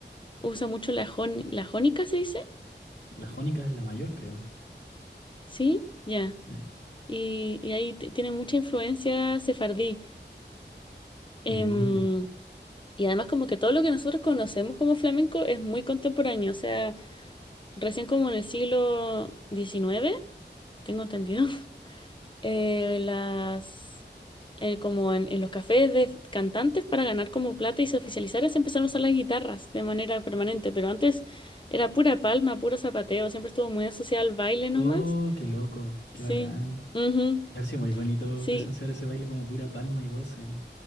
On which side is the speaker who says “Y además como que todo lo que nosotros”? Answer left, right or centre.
Left